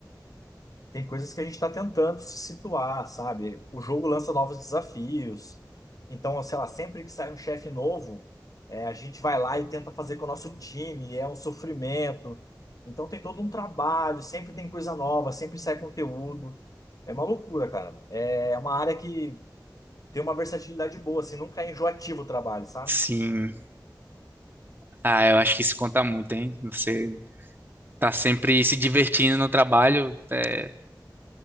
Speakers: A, on the left; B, on the right.
A: tem coisas que a gente está tentando se situar, sabe? O jogo lança novos desafios. Então, sei lá, sempre que sai um chefe novo, é, a gente vai lá e tenta fazer com o nosso time, e é um sofrimento. Então, tem todo um trabalho, sempre tem coisa nova, sempre sai conteúdo. É uma loucura, cara. É uma área que tem uma versatilidade boa, assim, nunca é enjoativo o trabalho, sabe?
B: Sim. Ah, eu acho que isso conta muito, hein? Você tá sempre se divertindo no trabalho, é,